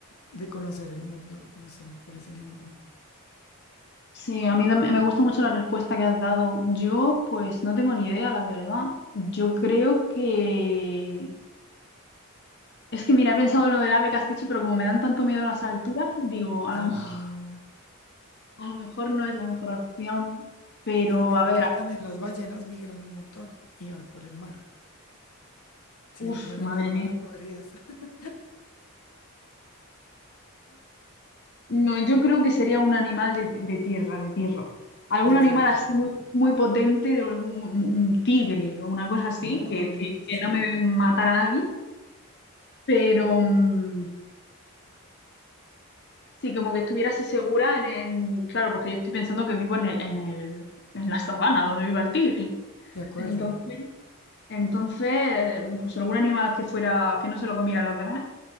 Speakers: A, on the left (about 85°); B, on the left (about 50°).
A: de conocer el mundo, no sé, me parece lindo.
B: sí, a mí tam- me gusta mucho la respuesta que has dado. Yo, pues, no tengo ni idea, la verdad. Yo creo que... Es que, mira, he pensado en lo del ave que has dicho, pero como me dan tanto miedo las alturas, digo, a
A: Ah.
B: lo mejor, a lo mejor no es la mejor opción. Pero,
A: Pero mira
B: a ver,
A: que también las ballenas migran un montón y van por el mar. Si
B: uff,
A: eres buena
B: madre
A: nadadora,
B: mía.
A: podrías. <laughs>
B: No, yo creo que sería un animal de, de tierra, de tierra. Algún
A: De tierra.
B: animal así muy, muy potente, de algún- un, un tigre o una cosa así,
A: Oh,
B: que, que-
A: sí.
B: que no me matara a nadie. Pero mm, sí, como que estuviera así segura en, en- Claro, porque yo estoy pensando que vivo en el, en el- en la sabana donde viva el tigre.
A: De acuerdo.
B: Entonces, entonces, pues algún animal que fuera, que no se lo comieran los demás.